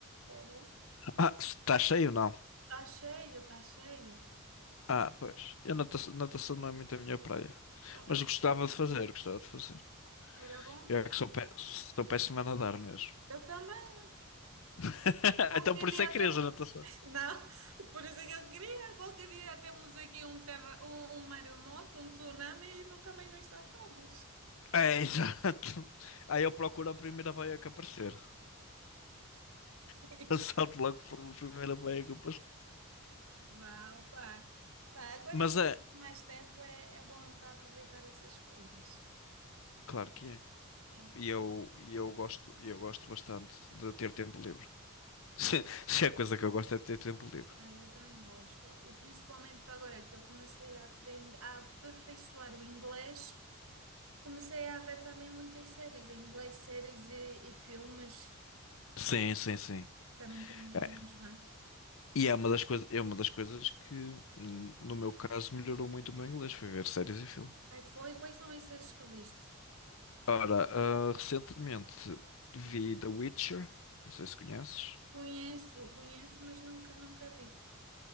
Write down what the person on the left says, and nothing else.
Ah, está cheio não?
Ah, pois. Eu natação, natação não é muito a minha praia.
Mas gostava de fazer, gostava de fazer.
Eu é que sou, pé, sou péssimo a nadar mesmo.
<laughs>
Então por
isso é que querias
a natação.
É, exato. Aí eu procuro a primeira baia que aparecer.
<laughs> Eu salto logo para a primeira baia que eu
Mas
é,
claro que é.
E eu, e eu gosto, e eu gosto bastante de ter tempo livre. <laughs> Se, se a coisa que eu gosto é de ter tempo livre.
Sim, sim, sim.
É.
E é uma das coisas, é uma das coisas que, hum, no meu caso, melhorou muito o meu inglês, foi ver séries e filmes.
Ora, ah, recentemente vi The Witcher, não sei se conheces.